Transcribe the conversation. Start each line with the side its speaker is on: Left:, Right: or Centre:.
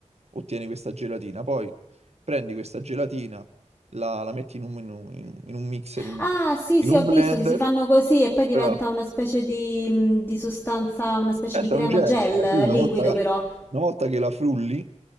Right: ottieni questa gelatina, poi prendi questa gelatina, la, la metti in un, in un- in un mixer, in,
Left: Ah, sì,
Right: in
Left: sì,
Right: un
Left: ho
Right: blender
Left: visto che si fanno così e poi diventa
Right: però
Left: una specie di, mh, di sostanza, una specie
Right: Aspetta,
Left: di crema
Right: è un genere,
Left: gel
Right: cioè,
Left: eh,
Right: tu una
Left: liquido
Right: volta,
Left: però.
Right: una volta che la frulli,